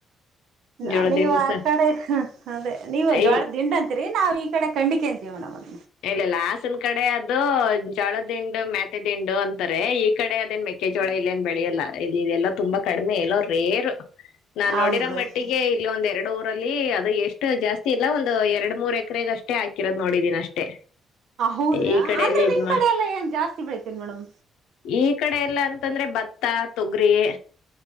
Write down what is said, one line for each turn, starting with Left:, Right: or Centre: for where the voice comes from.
Right: ನ
Left: ಜೋಳದ
Right: ನೀವು
Left: ದಿಂಡು
Right: ಆ
Left: ಸ
Right: ಕಡೆ ಅದೇ ನೀವು
Left: ಏ
Right: ಜ್ವಳ ದಿಂಡಂತ ೆ ನಾವವು ಈ ಕಡೆ ಖಂಡಿಕೆ ಅಂತೋಣಂತ
Left: ಎನು ಇಲ್ಲಾ ನ್ ಕಡೆ ಅದು ಜೋಳದಿಂಡು ಮ್ಯಾತೆ ದಿಂಡು ಅಂತಾರೆ ಈ ಕಡೆ ಅದೇನ್ ಮೆಕ್ಕೆಜೋಳ ಇಲ್ಲೇಏನ್ ಬೆಳೆಯಲ್ಲ ಇಲ್ಲಿ ಇದೆಲ್ಲ ತುಂಬಾ ಕಡಿಮೆ ಎಲ್ಲ ರೇರ್ ನಾನ್
Right: ಹೌದೌದು
Left: ನೋಡಿರೋ ಮಟ್ಟಿಗೆ ಇಲ್ಲಿ ಒಂದ್ ಎರಡುರು ಅದು ಎಷ್ಟು ಜಾಸ್ತಿ ಇಲ್ಲ ಒಂದು ಎರಡು ಮೂರ್ ಎಕರೆಗೆ ಅಷ್ಟೇ ಹಾಕಿರೋದು ನೋಡಿದ್ದೀನಿ ಅಷ್ಟೇ ಟಿ
Right: ಹೌದ್ರಾ
Left: ಈ ಕಡೆಯಲ್ಲ
Right: ಅಂದ್ರೆ
Left: ಇದ
Right: ನಿಮ್
Left: ಮಾಡ
Right: ಕಡೆ ಎಲ್ಲ ಏನ್ ಜಾಸ್ತಿ ಬೆಳಿತೀರಿ ಮೇಡಮ್
Left: ಈ ಕಡೆ ಎಲ್ಲ ಅಂತಂದ್ರೆ ಭತ್ತ ತೊಗ್ರಿಯೇ